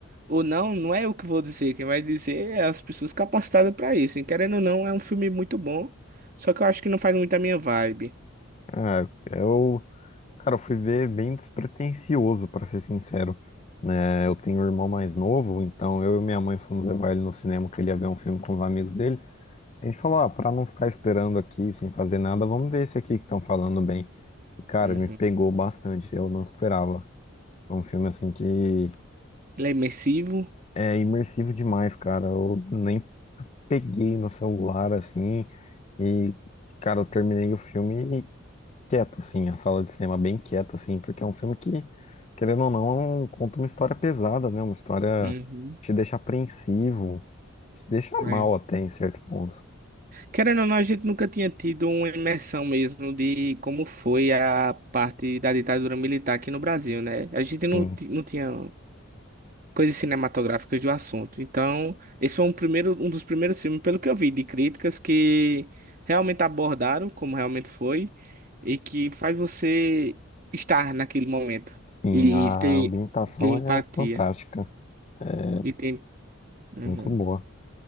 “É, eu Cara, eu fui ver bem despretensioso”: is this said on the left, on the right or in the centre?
Left